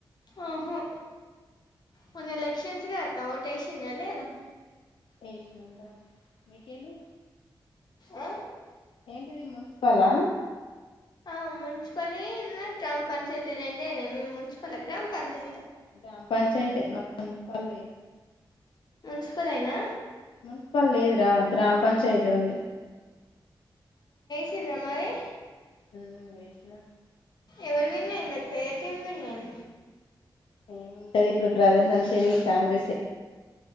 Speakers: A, on the left; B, on the left.
A: ఆహా మొన్న ఎలక్షన్స్ గ ఓటేషిందా లేదా
B: ఏషినం రా మీకెలి
A: ఆ
B: ఏంటిది మున్సిపాలా
A: ఆ మున్సిపలీ న్న గ్రామ పంచాయతీ రెండేనే మీరు మున్సిపల్ గ్రామ పంచా
B: గ్రామ పంచాయతే మాకు మున్సిపల్ లే
A: మున్సిపలేనా
B: మున్సిపల్ లేదురా గ్రామ పంచాయతీ ఉంది
A: తింద్రా మరి
B: హ్మ్ వేసిన
A: ఎవలు విన్ అయ్యిందక్కా ఏ టీమ్ విన్ అయ్
B: ఏముంటది ఇప్పుడు ప్రధర్ నడిసేది కాంగ్రెసె